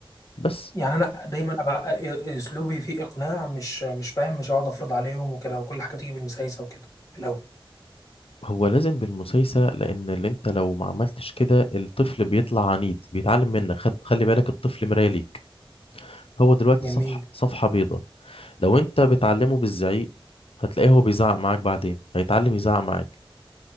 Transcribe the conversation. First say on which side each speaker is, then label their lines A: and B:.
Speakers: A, on the left; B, on the left.
A: بس
B: يعني انا دايما ابقى اسلوبي فيه اقناع مش مش فاهم مش هقعد افرض عليهم وكده وكل حاجه بتيجي بالمسايسه وكده في الاول
A: هو لازم بالمسايسه لان اللي انت لو ما عملتش كده الطفل بيطلع عنيد بيتعلم منك خد... خلي بالك الطفل مرايه ليك هو دلوقتي
B: جميل
A: صفحه صفحه بيضاء لو انت بتعلمه بالزعيق هتلاقيه هو بيزعق معاك بعدين هيتعلم يزعق معاك